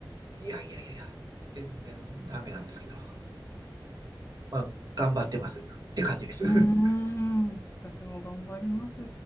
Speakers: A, on the right; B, on the left.
A: いやいやいやいや、全然ダメなんですけど。まあ、頑張ってますって感じです。
B: ーん、
A: <laughs>
B: 私も頑張ります。